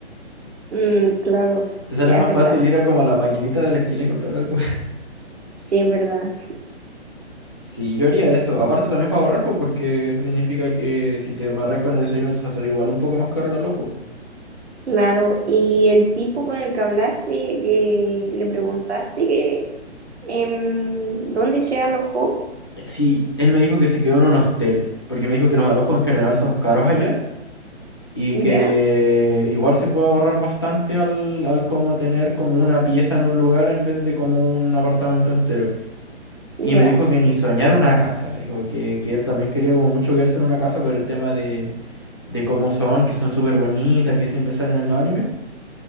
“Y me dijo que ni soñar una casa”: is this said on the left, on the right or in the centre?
Left